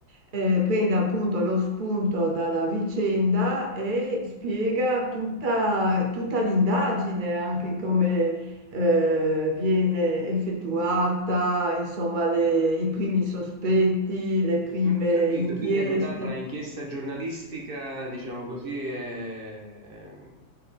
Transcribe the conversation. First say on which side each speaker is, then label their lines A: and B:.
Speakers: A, on the right; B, on the right.
A: eh, prende appunto lo spunto dalla vicenda e spiega tutta, tutta l'indagine, anche come eh, viene effettuata, insomma, le- i primi sospetti, le prime
B: ho capito,
A: inchieste.
B: quindi è a metà tra inchiesta giornalistica, diciamo così, e,